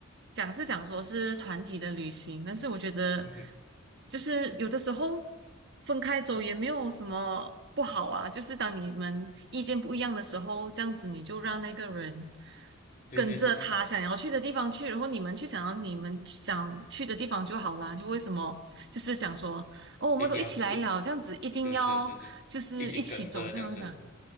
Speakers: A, on the right; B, on the left.
A: 讲是讲说是团体的旅行，但是我觉得
B: <laughs>
A: 就是有的时候分开走也没有什么不好啊。就是当你们意见不一样的时候，这样子你就让那个人
B: 对对对对，
A: 跟着他想要去的地方去，然后你们去想要你们想去的地方就好啦。就为什么就是讲说哦，我们都一起来了，
B: 一定要不，
A: 这样子一定要就是一起走，
B: 是是是是，一起跟着这样子，
A: 这样子讲，